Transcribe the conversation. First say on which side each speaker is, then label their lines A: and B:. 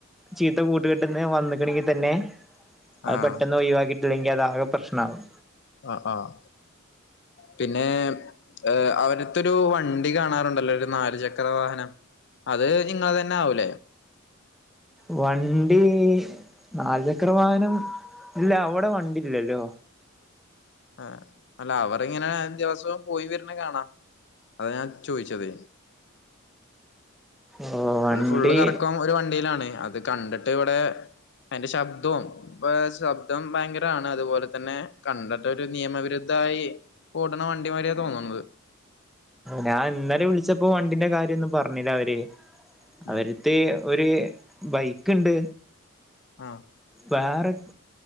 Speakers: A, in the centre; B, on the left (about 55°).
A: ചീത്ത കൂട്ടുക കെട്ടന്ന് വന്നക്കണെങ്കി തന്നെ അത്
B: ആഹ്
A: പെട്ടെന്ന് ഒഴിവാക്കിട്ടില്ലെങ്കിൽ അത് ആകെ പ്രശ്നമാവും
B: ആഹ ആഹ പിന്നെ ഏർ അവവിടുത്തൊരു വണ്ടി കാണാറുണ്ടല്ലോ ഒരു നാലുചക്ര വാഹനം അത് നിങ്ങ തന്നെ ആവൂലേ
A: വണ്ടി നാാലുചക്ര വാഹനം ഇല്ല അവിടെ വണ്ടി ഇല്ലല്ലോ
B: ആഹ അല്ല അവർങ്ങനെ ദിവസവും പോയി വരുന്ന കാണാം അതാ ഞാൻ ചോദിച്ചത്
A: ഓ വണ്ടി
B: ഒരു ഫുള്ള് കറക്കം ഒരു വണ്ടിയിലാണ് അത് കണ്ടിട്ട് ഇവിടെ അതിന്റെ ശബ്ദവും ഇപ്പൊ ശബ്ദം ഭയങ്കരമാണ് അതുപോലെ തന്നെ കണ്ടിട്ട ഒരു നിയമവിരുദ്ധായി ഓടന വണ്ടിമാതിരിയ തോന്നണുന്നത്
A: ഞാൻ ഇന്നലെ വിളിച്ചപ്പോ വണ്ടിന്റെ കാര്യംന്നും പറഞ്ഞില്ല അവര് അവര്
B: ഏഹ്
A: മത്തെ ഒരു ബൈക്ക് ഉണ്ട്
B: ആഹ
A: വേറെ